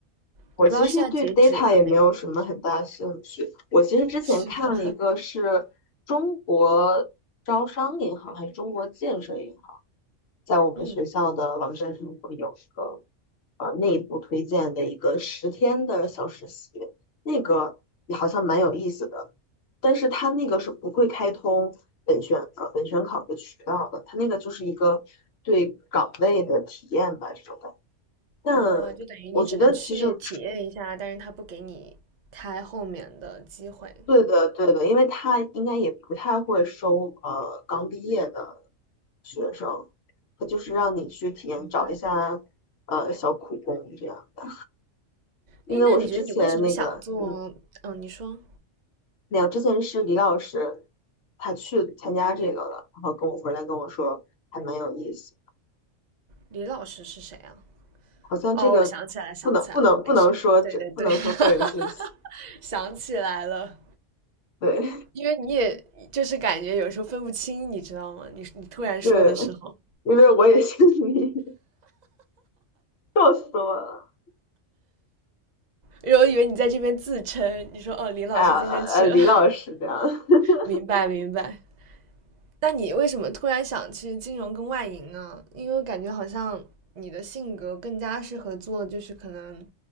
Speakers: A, on the left; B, on the right.
A: 我其实对
B: 我不知道现在截止了没，
A: data 也没有什么很大兴趣。我其实之前看了一个是中国招商银行还是中国建设银行，
B: <laughs> 是吧？
A: 在我们学校的网站上会有一个
B: 嗯。
A: 呃内部推荐的一个十天的小实习，那个也好像蛮有意思的，但是他那个是不会开通本选呃本选考的渠道的，他那个就是一个对岗位的体验吧，这种感觉。但
B: 哦，就等于你只能去体验一下，
A: 我觉得其实
B: 但是他不给你开后面的机会。
A: 对的对的，因为他应该也不太会收呃刚毕业的学生，他就是让你去体验找一下呃小苦工这样的。
B: 嗯，明白。
A: 因为我是之前那个嗯
B: 诶，那你觉得你为什么想做？嗯，你说
A: 没有，之前是李老师，他去参加这个了，然后跟我回来跟我说还蛮有意思，
B: 李老师是谁啊？
A: 好像这个不能不能不能说这不能说个人信息，
B: 哦，我想起来了，想起来了，没事。对对对，<laughs> 想起来了，
A: 对
B: 因为你也就是感觉有时候分不清，你知道吗？你你突然说的时候，
A: <laughs> 对，因为我也姓李，<laughs> 笑死我了，
B: 因为我以为你在这边自称，你说哦，李老师今天去了，
A: 哎呀呃呃李老师这样，
B: <laughs>
A: <laughs>
B: 明白明白。那你为什么突然想去金融跟外营呢？因为我感觉好像你的性格更加适合做，就是可能